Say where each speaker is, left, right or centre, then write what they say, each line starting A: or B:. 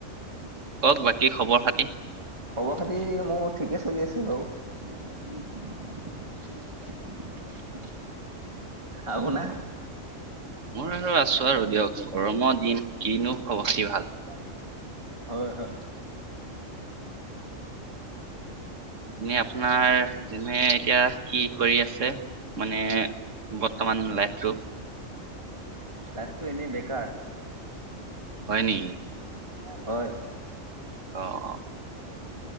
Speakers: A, on the right; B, on the right.
A: কওক বাকী খবৰ-খাতি?
B: খবৰ-খাতি মোৰ ঠিকেই চলি আছে বাৰু। <inaudible> আৰু শুনা
A: মই আৰু আছো আৰু দিয়ক গৰমৰ দম কিনো খব খাতি।
B: সটোকিবান হয়, হয়।
A: এনে আপোনাৰ এনে এতিয়া কি কৰি আছে মানে? বৰ্তমান লাইফটো
B: লাইটো এনেই বেকাৰ
A: হয় নেকি।
B: হয়।
A: অ', অ'।